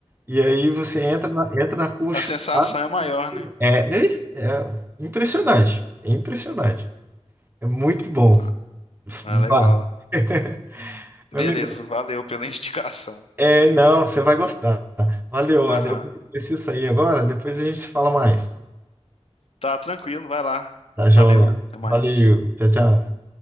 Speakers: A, on the right (about 20°); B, on the left (about 65°).
A: e aí você entra na, entra na curva
B: A
A: chutado.
B: sensação é maior, né?
A: É, né? é impressionante. É impressionante. É muito bom.
B: Ah, ah, legal.
A: Vá. <laughs> Meu
B: Beleza,
A: amigo,
B: valeu pela <laughs> indicação.
A: é, não, você vai gostar. Valeu,
B: Aham.
A: eu preciso sair agora, depois a gente se fala mais.
B: Tá tranquilo, vai lá.
A: Tá, João?
B: Valeu, até mais.
A: Valeu, tchau, tchau.